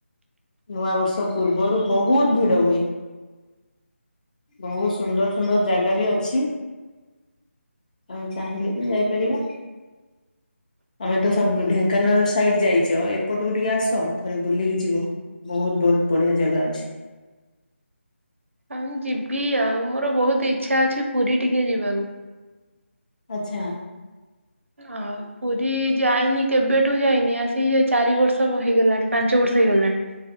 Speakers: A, on the left; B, on the right.
A: ନୂଆ ବର୍ଷ ପୂର୍ବରୁ ବହୁତ ଭିଡ ହୁଏ ବହୁତ ସୁନ୍ଦର ସୁନ୍ଦର ଜାଗା ବି ଅଛି। ଆମେ ଚାହିଁଲେ ବି ଯାଇପାରିବା ଆମେ ତ ସବୁ ଢେଙ୍କାନାଳ ସାଇଡ ଯାଇଛ ଏପଟକୁ ଟିକେ ଆସ ଥରେ ବୁଲିକି ଯିବ ବହୁତ ବହୁତ ବଢିଆ ଜାଗା ଅଛି।
B: ହଉ ଯିବି ଆଉ ମୋର ବହୁତ ଇଛା ଅଛି ପୁରୀ ଟିକେ ଯିବାକୁ।
A: ଆଚ୍ଛା ।
B: ଆଉ ପୁରୀ ଯାଇନି କେବେଠୁ ଯାଇନି ଆସି ଚାରି ବର୍ଷ ହେଇଗଲାଣି ପାଞ୍ଚ ବର୍ଷ ହେଇଗଲାଣି।